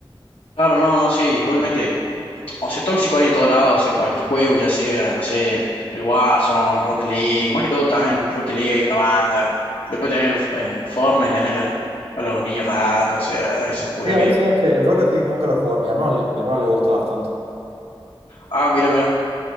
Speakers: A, on the left; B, on the right.
A: Claro, no, no, sí, igualmente, o sea, tóxico hay en todos lados, en cualquier juego, ya sea, no sé, el Warzone, Rocket League, más que todo también en Rocket League hay una banda. Después tener el- en Fortnite, tener los- a los niños ratas, o sea, esos culos
B: Mira,
A: que...
B: vos sabés que el Rocket League nunca lo jugué, mi hermano le, mi hermano le gusta bastante.
A: Ah, mira, mira.